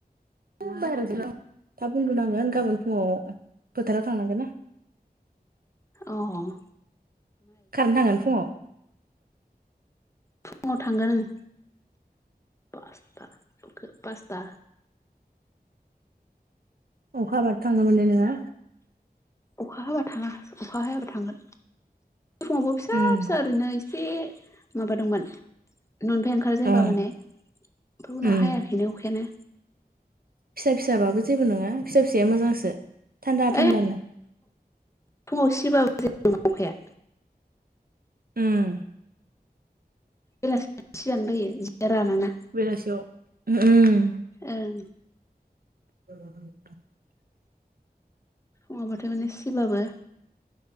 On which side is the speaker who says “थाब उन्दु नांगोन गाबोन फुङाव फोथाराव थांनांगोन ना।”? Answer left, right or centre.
Right